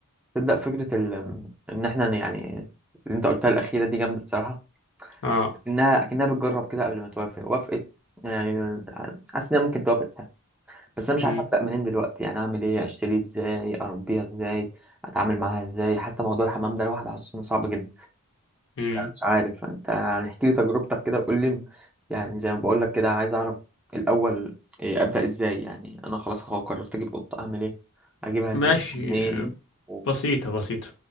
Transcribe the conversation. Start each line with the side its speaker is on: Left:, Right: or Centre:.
Centre: تبدا فكره ال... ان احنا يعني اللي انت قلتها الاخيره دي جامده الصراحه
Left: اه
Centre: انها اكنها بتجرب كده قبل ما توافق وافقت يعني حاسس انها ممكن توافق فيها بس انا مش
Left: امم
Centre: عارف ابدا منين دلوقتي يعني اعمل ايه اشتري ازاي اربيها ازاي اتعامل معاها ازاي حتى موضوع الحمام ده لوحده حاسس إنه صعب جدا
Left: امم
Centre: مش عارف انت يعني احكي لي تجربتك كده وقول لي يعني زي ما بقول لك كده عايز اعرف الاول إيه ابدا ازاي يعني انا خلاص هو قررت اجيب قطه اعمل ايه اجيبها ازاي
Left: ماشي
Centre: منين و...
Left: بسيطة بسيطة